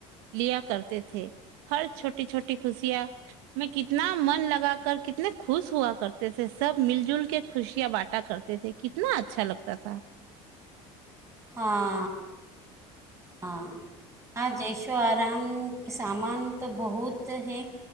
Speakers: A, on the right; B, on the right.
A: لیا کرتے تھے ہر چھوٹی چھوٹی خوشیاں میں کتنا من لگا کر کتنے خوش ہوا کرتے تھے سب مل جل کے خوشیاں باٹا کرتے تھے کتنا اچھا لگتا تھا
B: ہاں ہاں ہاں جیش و آرام کے سامان تو بہت ہیں